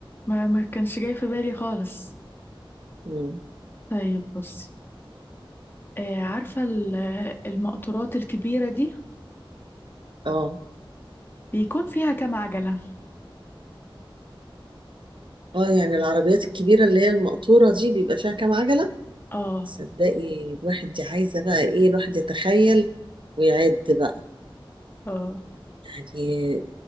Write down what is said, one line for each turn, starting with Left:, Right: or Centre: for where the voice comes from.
Left: ما, ما كانش جاي في بالي خالص
Right: مم.
Left: طيب بص آه عارفة ال- المقطورات الكبيرة دي
Right: اه
Left: بيكون فيها كام عجلة
Right: اه يعني العربيات الكبيره اللي هي المقطوره دي بيبقى فيها كام عجله
Left: اه
Right: صدقي الواحد دي عايزه بقى ايه الواحد يتخيل ويعد بقى
Left: اه
Right: يعني